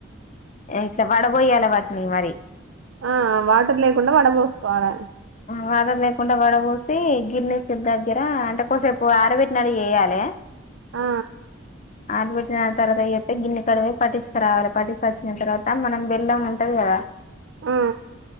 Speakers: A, on the left (about 40°); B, on the right (about 85°).
A: ఇట్లా వడబోయాలే వాటిని మరి
B: ఆ వాటర్ లేకుండా వడ బోసుకోవాలె
A: వాటర్ లేకుండా వడబోసి గిర్ని కి దగ్గర అంటే కొసేపు ఆరబెట్టినట్టు చేయాలె
B: ఆ
A: ఆరపెట్టిన తర్వాత చేత్తే గిర్ని కాడికి పోయి పట్టించుకురావాలి పట్టిచ్చికొచ్చిన తర్వాత మనం బెల్లం ఉంటది కదా
B: ఆ